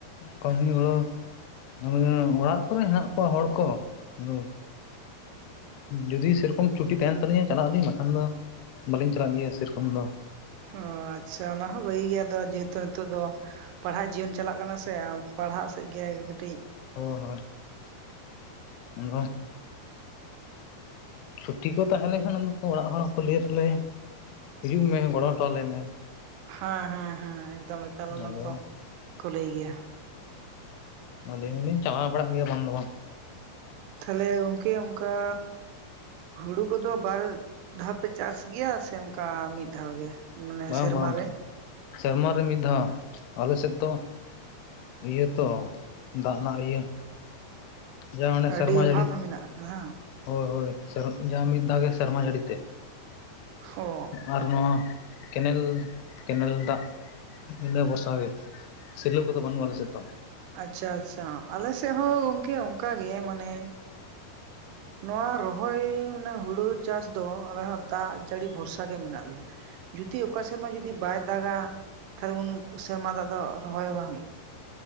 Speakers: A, on the left; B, on the right.
A: ᱠᱟᱹᱢᱤ ᱜᱚᱲᱚ ᱜᱮ ᱚᱲᱟᱜ ᱠᱚᱨᱮ ᱦᱮᱱᱟᱜ ᱠᱚᱣᱟ ᱦᱚᱲ ᱠᱚ ᱟᱫᱚ ᱡᱩᱫᱤ ᱥᱮ ᱨᱚᱠᱚᱢ ᱪᱷᱩᱴᱤ ᱛᱟᱦᱮᱱ ᱛᱟᱞᱤᱧ-ᱟ ᱪᱟᱞᱟᱜ ᱟᱹᱞᱤᱧ ᱵᱟᱠᱷᱟᱱ ᱫᱚ ᱵᱟᱹᱞᱤᱧ ᱪᱟᱞᱟᱜ ᱜᱮᱭᱟ ᱥᱮᱨᱚᱠᱚᱢ ᱫᱚ
B: ᱚ ᱟᱪᱪᱷᱟ ᱚᱱᱟ ᱦᱚᱸ ᱵᱷᱟᱹᱜᱤ ᱜᱮᱭᱟ ᱫᱚ ᱡᱮᱦᱮᱛᱩ ᱱᱤᱛᱚᱜ ᱫᱚ ᱯᱟᱲᱦᱟᱜ ᱡᱤᱭᱚᱱ ᱪᱟᱞᱟᱜ ᱠᱟᱱᱟ ᱥᱮ ᱯᱟᱲᱦᱟᱜ ᱥᱮᱫ ᱜᱮ ᱠᱟᱹᱴᱤᱡ
A: ᱦᱳ ᱦᱳᱭ ᱟᱫᱚ ᱪᱷᱩᱴᱤ ᱠᱚ ᱛᱟᱦᱮᱸ ᱞᱮᱠᱷᱟᱱ ᱚᱲᱟᱜ ᱦᱚᱲ ᱦᱚᱸᱠᱚ ᱞᱟᱹᱭᱟ ᱛᱟᱦᱞᱮ ᱦᱤᱡᱩᱜ ᱢᱮ ᱜᱚᱲᱚ ᱦᱚᱴᱚ ᱟᱞᱮ ᱢᱮ
B: ᱦᱟᱸ ᱦᱮᱸ ᱦᱮᱸ ᱮᱠᱫᱚᱢ ᱮᱠᱟᱞ ᱚᱱᱟ
A: ᱟᱫᱚ
B: ᱛᱚ ᱞᱟᱹᱭ ᱜᱮᱭᱟ᱾
A: ᱟᱞᱤᱧ ᱞᱤᱧ ᱪᱟᱞᱟᱣ ᱵᱟᱲᱟᱜ ᱜᱮᱭᱟ ᱵᱟᱝ ᱫᱚ ᱵᱟᱝ
B: ᱛᱟᱦᱞᱮ ᱜᱚᱝᱠᱮ ᱚᱱᱠᱟ ᱦᱩᱲᱩ ᱠᱚ-ᱫᱚ ᱵᱟᱨ ᱫᱷᱟᱣ ᱯᱮ ᱪᱟᱥ ᱜᱮᱭᱟ ᱥᱮ ᱚᱱᱠᱟ ᱢᱤᱫ ᱫᱷᱟᱣ ᱜᱮ? ᱢᱟᱱᱮ
A: ᱵᱟᱝ
B: ᱥᱮᱨᱢᱟ
A: ᱵᱟᱝ
B: ᱨᱮ
A: ᱥᱮᱨᱢᱟ ᱨᱮ ᱢᱤᱫ ᱫᱷᱟᱣ ᱟᱞᱮ ᱥᱮᱫ ᱛᱚ ᱤᱭᱟᱹ ᱛᱚ ᱫᱟᱜ ᱮᱱᱟᱜ ᱤᱭᱟᱹ ᱡᱟ ᱚᱱᱮ
B: ᱟᱹᱰᱤ
A: ᱥᱮᱨᱢᱟ
B: ᱚᱵᱷᱟᱵᱽ
A: ᱡᱟᱹᱲᱤ
B: ᱢᱮᱱᱟᱜ ᱟᱠᱟᱫᱟ
A: ᱦᱳᱭ ᱦᱳᱭ ᱡᱟ ᱢᱤᱫ ᱫᱷᱟᱣ ᱜᱮ ᱥᱮᱨᱢᱟ ᱡᱟᱹᱲᱤ ᱛᱮ
B: ᱚ
A: ᱟ ᱱᱚᱣᱟ ᱠᱮᱱᱮᱞ, ᱠᱮᱱᱮᱞ ᱫᱟᱜ ᱤᱱᱟᱹ ᱵᱷᱚᱨᱥᱟ ᱜᱮ᱾ ᱥᱤᱨᱭᱟᱹ ᱠᱚᱫᱚ ᱵᱟᱹᱱᱩᱜᱼᱟ ᱟᱞᱮᱥᱮᱫ ᱫᱚ᱾
B: ᱟᱪᱪᱷᱟ ᱟᱪᱪᱷᱟ ᱟᱞᱮ ᱥᱮᱫ ᱦᱚᱸ ᱜᱚᱝᱠᱮ ᱚᱱᱠᱟ ᱜᱮ ᱢᱟᱱᱮ ᱱᱚᱣᱟ ᱨᱚᱦᱚᱭ ᱚᱱᱟ ᱦᱩᱲᱩ ᱪᱟᱥ ᱫᱚ ᱟᱞᱮ ᱦᱚᱸ ᱫᱟᱜ ᱡᱟᱹᱲᱤ ᱵᱷᱚᱨᱥᱟ ᱜᱮ ᱢᱮᱱᱟᱜ ᱞᱮᱭᱟ ᱡᱩᱫᱤ ᱚᱠᱟ ᱥᱮᱨᱢᱟ ᱡᱩᱫᱤ ᱵᱟᱭ ᱫᱟᱜᱟ ᱛᱟᱦᱚᱞᱮ ᱩᱱ ᱥᱮᱨᱢᱟ ᱫᱟᱜ ᱫᱚ ᱨᱚᱦᱚᱭ ᱦᱚᱸ ᱵᱟᱝ ᱦᱳᱭᱳᱼᱟ᱾